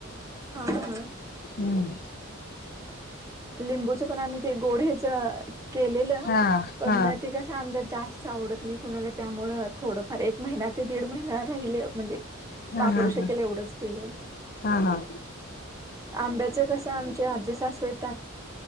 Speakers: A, on the right; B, on the left.
A: हा हा.
B: हम.
A: लिंबूच पण आम्ही ते गोड हेच. केलेलं
B: हा
A: पण
B: हा
A: ते कस आमच्या जास्त आवडत नाही कोणाला. त्यामुं थोडंफार एक महिना ते दीड महिना राहिले म्हणजे.
B: हा
A: महापुरुष
B: हा हा
A: केले एवढंच केलेल.
B: हा हा
A: आंब्याच कस आमचे आजी सासवय.